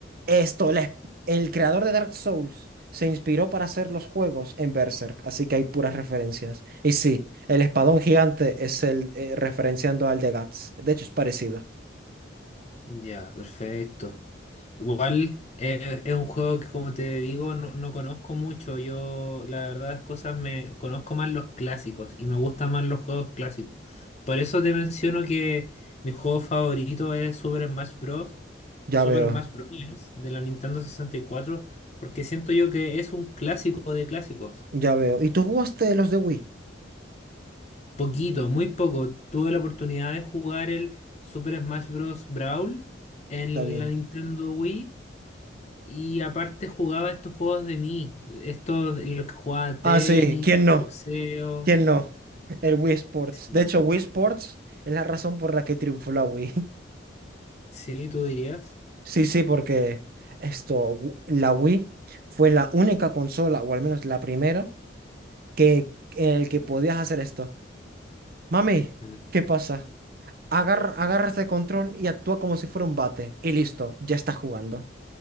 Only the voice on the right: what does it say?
Esto, la- el creador de Dark Souls se inspiró para hacer los juegos en Berserk, así que hay puras referencias. Y sí, el espadón gigante es el eh, referenciando al de Guts. De hecho, es parecido.
Ya
veo,
ya veo. ¿Y tú jugaste los de Wii?
Está bien.
Ah, sí, ¿quién no?
¿Quién no? El Wii Sports.
De hecho, Wii Sports es la razón por la que triunfó la Wii. <laughs>
Sí, sí, porque esto, Wi- la Wii fue la única consola, o al menos la primera, que, en el que podías hacer esto. Mami,
¿qué pasa? Agarra, agarra este control y actúa como si fuera un bate. Y listo, ya estás jugando.